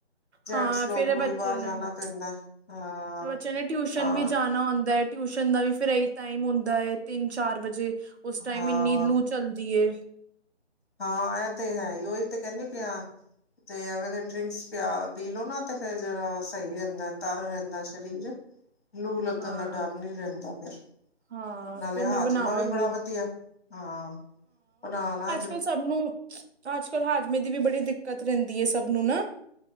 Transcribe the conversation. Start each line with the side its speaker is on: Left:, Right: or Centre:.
Left: ਜੈਂਟਸ
Right: ਹਾਂ
Left: ਲੋਕ
Right: ਫੇਰ
Left: ਨੂੰ
Right: ਇਹ ਬੱਚੇ
Left: ਵੀ ਬਾਹਰ
Right: ਨੇ
Left: ਜਾਣਾ
Right: ਪ,
Left: ਪੈਂਦਾ ਹਾਂ
Right: ਬੱਚੇ ਨੇ ਟਿਊਸ਼ਨ
Left: ਹਾਂ
Right: ਵੀ ਜਾਣਾ ਹੁੰਦਾ ਏ ਟਿਊਸ਼ਨ ਦਾ ਵੀ ਫੇਰ ਏਹੀ ਟਾਈਮ ਹੁੰਦਾ ਏ, ਤਿੰਨ- ਚਾਰ ਵਜੇ ਉਸ ਟਾਈਮ,
Left: ਹਾਂ
Right: ਇੰਨੀ ਲੂ ਚੱਲਦੀ ਏ।
Left: ਹਾਂ ਐ ਤੇ ਹੈ ਹੀ, ਉਹੀ ਤੇ ਕਹਿੰਨੀ ਪਿਂਆ, ਤੇ ਐਵੇਂ ਦੇ ਡਰਿੰਕਸ ਪਿਆ ਪੀ ਲਓ ਨਾ ਤੇ ਫੇਰ ਜ਼ਰਾ ਸਹੀ ਰਹਿੰਦਾ, ਤਰ ਰਹਿੰਦਾ ਸਰੀਰ ਲੂ ਲੱਗਣ
Right: ਹਾਂ।
Left: ਦਾ ਡਰ ਨਹੀਂ ਰਹਿੰਦਾ ਫਿਰ
Right: ਹਾਂ,
Left: ਨਾਲੇ
Right: ਫੇਰ
Left: ਹਾਜਮਾ
Right: ਮੈਂ ਬਣਾਵਾਂਗੀ,
Left: ਵੀ ਬੜਾ ਵਧੀਆ, ਹਾਂ ਬਨਾਨਾ
Right: ਕੱਲ ਸਭ ਨੂੰ, ਆਜ-ਕਲ ਹਾਜ਼ਮੇ ਦੀ ਵੀ ਬੜੀ ਦਿੱਕਤ ਰਹਿੰਦੀ ਹੈ ਸਭ ਨੂੰ ਨਾ‌